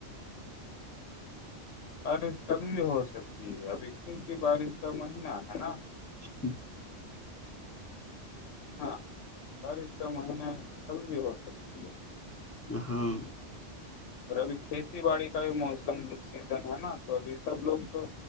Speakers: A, on the left; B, on the left.
A: بارش کبھی بھی ہو سکتی ہے ابھی کیونکہ بارش کا مہینہ ہے نا
B: ہ
A: ہاں ساری کا مہین چلی ہو سکتی ہے
B: ہ ہاں
A: اور ابھی کھیتی باڑی کا بھی موسم سیزن ہے نا تو ابھی سب لوگ تو